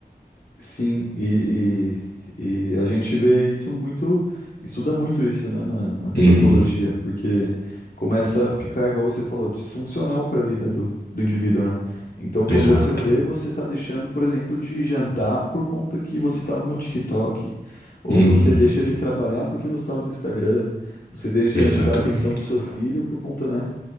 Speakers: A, on the left (about 55°); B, on the left (about 80°).
A: Sim, e, e, e a gente vê isso muito, estuda muito isso, né, na, na psicologia,
B: Uhum,
A: porque começa a ficar, igual você falou, disfuncional para a vida do, do indivíduo, né? Então, quando
B: exato.
A: você vê, você tá deixando, por exemplo, de jantar por conta que você estava no TikTok, ou
B: Uhum,
A: você deixa de trabalhar porque você estava no Instagram, você deixa
B: exatamente.
A: de dar atenção pro seu filho por conta, né,